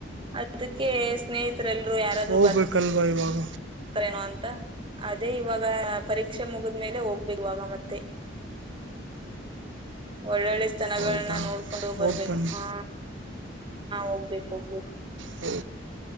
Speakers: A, on the right (about 25°); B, on the right (about 80°).
A: ಅದಕ್ಕೆ ಸ್ನೇಹಿತ ಲ್ರು ಯಾರಾದ್ರು
B: ಹೋಗ್ಬೇಕಲ್ವ
A: ಬರ್ತೇನ
B: ಇವಾಗ
A: ಅಂತ ಅದೇ ಇವಾಗ ಪರೀಕ್ಷೆ ಮುಗದ್್ಮೇಲೆ ಹೋಗ್ಬೇಕೇವಾಗ ಮತ್ತೆ ಒಳ್ಳೊಳ್ಳೆ ಜನಗಳನ್ನ
B: ಹೌದಾ
A: ನೋಡ್ಕೊಂಡುೋಗ್
B: ಹೋಗಿ
A: ಬರ್ಬೇಕು
B: ಬನ್ನಿ
A: ಹಾ ಹೋಗ್ಬೇಕು ಹೋಗ್ಬೇಕು
B: ಹ್ಮ